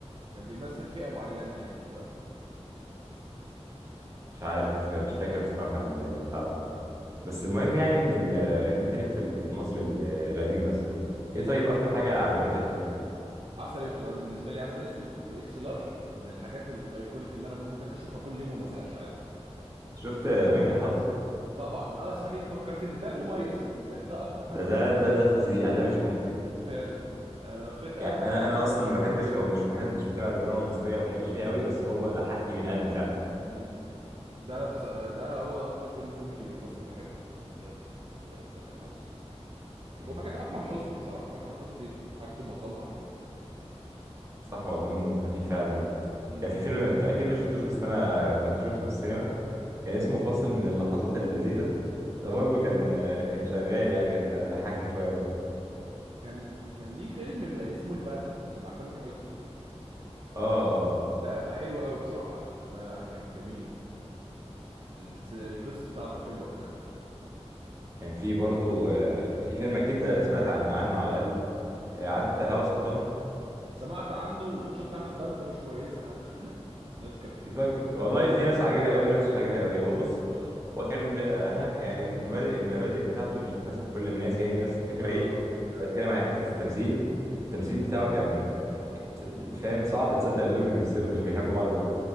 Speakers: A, on the right; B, on the right.
A: كان بيمثل فئه معينه يعني في البلد
B: مش عارف مش فاكر بصراحه ال- البتاع
A: مم.
B: ده بس المهم يعني ان ال... ان انت ليك في ال- في المصري ال- القديم بس ايه
A: القد...
B: طيب اكتر حاجه عجبتك فيه
A: عسل اسود انا بالنسبه لي عسل اسود واكس لارج من الحاجات الايكونيك اللي انا ممكن اشوفها كل يوم وما ازهقش عادي
B: شفت بنك الحظ
A: طبعا اه صحيح فكرتني ده المميز بالنسبه لي ده اكتر حد
B: ده
A: بيضحك
B: ده ده ده فظيع ده مش ممكن
A: فعلا يعني انا فرحت
B: يعني
A: قوي لما
B: انا
A: قالوا
B: انا
A: انه ممكن
B: اصلا ما
A: يبقى
B: بحبش
A: الجزء
B: او
A: الثاني
B: مش واحد مش متابع الدراما المصريه او ماليش فيها قوي
A: اه
B: بس هو ضحكني من قلبي فعلا
A: امم ده بص... ده هو اكتر فيلم كوميدي مصري بحبه آه، آه، بنك الحظ
B: مم.
A: هو حاجات اكرم حسني بصراحه اكرم حسني حاجته معظمها حلوه
B: صح هو دمه خفيف فعلا يعني
A: امم
B: كان في فيلم انت اكيد ما شفتوش بس انا كنت شفته في السينما كان اسمه فاصل من اللحظات اللذيذه ده
A: اه
B: برضو كان كان شغال يعني كان ضحكني شويه برضو
A: كان كان ليه فيلم ما اسمه البدله اللي مع تامر حسني
B: اه اه
A: ده حلو قوي بصراحة ده ده جم- جميل الس- القصة بتاعته حلوة كمان
B: كان في برضو آه، في فيلم اكيد سمعت عن عنه على الاقل
A: مم.
B: آه، عارف انت الهوى سلطان
A: سمعت عنه وشفت عامل ضجة مش كويسة حتى <laughs> الناس كانت بت...
B: في ضج... والله في ناس عاجبها قوي وناس مش عاجبها قوي هو بص
A: اه
B: هو كان بي- ها يعني المبادئ, المبادئ بتاعته مش هتناسب كل الناس يعني بس الفكرة
A: اه
B: ايه لما بتكلم على حتة التمثيل التمثيل بتاعه كان يعني ت- فاهم صعب تصدق ان دول بيمثلوا مش بيحبوا بعض بجد